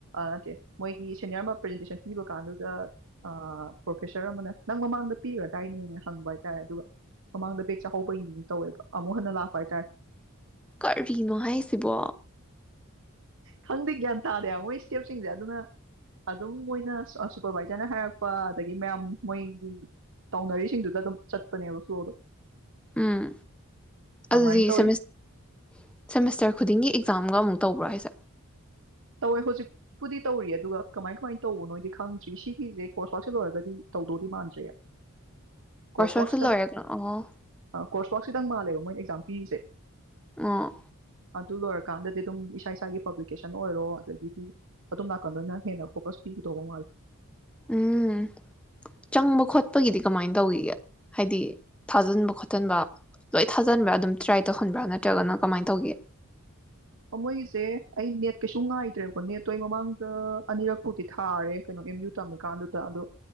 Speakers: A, on the right; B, in the centre.
A: ꯅꯠꯇꯦ ꯃꯣꯏꯒꯤ ꯁꯦꯅꯤꯌꯔ ꯑꯃ ꯄ꯭ꯔꯖꯦꯟꯇꯦꯁꯟ ꯄꯤꯕ ꯀꯥꯟꯗꯨꯗ ꯄ꯭ꯔꯣꯐꯦꯁꯔ ꯑꯃꯅ ꯅꯪ ꯃꯃꯥꯡꯗ ꯄꯤꯈ꯭ꯔꯗꯥꯏꯅꯦꯅ ꯍꯪꯕ ꯍꯥꯏꯇꯥꯔꯦ ꯑꯗꯨꯒ ꯃꯃꯥꯡꯗ ꯕꯦꯛ ꯆꯥꯍꯧꯕꯒꯤ ꯇꯧꯋꯦꯕ ꯑꯃꯨꯛ ꯍꯟꯅ ꯂꯥꯛꯄ ꯍꯥꯏꯇꯥꯔꯦ
B: ꯀꯔꯤꯅꯣ ꯍꯥꯏꯁꯤꯕꯣ
A: ꯈꯪꯗꯦ ꯒ꯭ꯌꯥꯟ ꯇꯥꯗꯦꯕ ꯃꯣꯏ ꯏꯁꯇꯦꯞꯁꯤꯡꯁꯦ ꯑꯗꯨꯅ ꯑꯗꯨꯝ ꯃꯣꯏꯅ ꯁꯨꯄꯔꯕꯥꯏꯖꯔꯅ ꯍꯥꯏꯔꯛꯄ ꯑꯗꯒꯤ ꯃꯌꯥꯝ ꯃꯣꯏꯒꯤ ꯇꯧꯅꯔꯤꯁꯤꯡꯗꯨꯗ ꯑꯗꯨꯝ ꯆꯠꯄꯅꯦꯕ ꯐ꯭ꯂꯣꯗꯣ
B: ꯎꯝ ꯑꯗꯨꯗꯤ
A: ꯑꯗꯨꯃꯥꯏꯅ ꯇꯧꯔꯤ
B: ꯁꯦꯃꯤꯁ ꯁꯦꯃꯤꯁꯇꯔ ꯈꯨꯗꯤꯡꯒꯤ ꯑꯦꯛꯖꯥꯝꯒ ꯑꯃꯨꯛ ꯇꯧꯕ꯭ꯔꯥ ꯍꯥꯏꯁꯦ
A: ꯇꯧꯋꯦ ꯍꯧꯖꯤꯛꯄꯨꯗꯤ ꯇꯧꯔꯤ ꯑꯗꯨꯒ ꯀꯃꯥꯏ ꯀꯃꯥꯏꯅ ꯇꯧꯕꯅꯣꯏꯗꯤ ꯈꯪꯗ꯭ꯔꯤ ꯁꯤꯒꯤꯁꯦ ꯀꯣꯔꯁ ꯥꯛꯁꯜ ꯂꯣꯏꯔꯒꯗꯤ ꯇꯧꯗꯧꯗꯤ ꯃꯥꯟꯗ꯭ꯔꯦ ꯀꯣꯔꯁ
B: ꯋꯥꯔꯛꯁꯨ
A: ꯋꯥꯔꯛ ꯁꯤꯇꯪ
B: ꯂꯣꯏꯔꯒ ꯑꯣ
A: ꯑ ꯀꯣꯔꯁ ꯋꯥꯛ ꯁꯤꯇꯪ ꯃꯥꯜꯂꯦꯕ ꯃꯣꯏ ꯑꯦꯛꯖꯥꯝ ꯄꯤꯔꯤꯁꯦ
B: ꯑ
A: ꯑꯗꯨ ꯂꯣꯏꯔꯀꯥꯟꯗꯗꯤ ꯑꯗꯨꯝ ꯏꯁꯥ ꯏꯁꯥꯒꯤ ꯄꯕ꯭ꯂꯤꯀꯦꯁꯟ ꯑꯣꯏꯔꯣ ꯑꯗꯒꯤꯗꯤ ꯑꯗꯨꯝ ꯅꯥꯀꯟꯗꯅ ꯍꯦꯟꯅ ꯐꯣꯀꯁ ꯄꯤꯒꯗꯧꯕ ꯃꯥꯜꯂꯦ
B: ꯎꯝ ꯆꯪꯕ ꯈꯣꯠꯄꯒꯤꯗꯤ ꯀꯃꯥꯏꯅ ꯇꯧꯒꯤꯒꯦ ꯍꯥꯏꯗꯤ ꯊꯥꯖꯟꯕ ꯈꯣꯠꯆꯟꯕ ꯂꯣꯏ ꯊꯥꯖꯟꯕ꯭ꯔꯥ ꯑꯗꯨꯝ ꯇ꯭ꯔꯥꯏ ꯇꯧꯍꯟꯕ꯭ꯔꯥ ꯅꯠꯇ꯭ꯔꯒꯅ ꯀꯃꯥꯏꯅ ꯇꯧꯒꯦ
A: ꯃꯣꯏꯒꯤꯁꯦ ꯑꯩ ꯅꯦꯠ ꯀꯩꯁꯨ ꯉꯥꯏꯗ꯭ꯔꯦꯕꯀꯣ ꯅꯦꯠꯇꯣ ꯑꯩ ꯃꯃꯥꯡꯗ ꯑꯅꯤꯔꯛꯄꯨꯗꯤ ꯊꯥꯔꯦ ꯀꯩꯅꯣ ꯑꯦꯝ ꯌꯨ ꯇꯝꯃꯤꯀꯥꯟꯗꯨꯗ ꯑꯗꯣ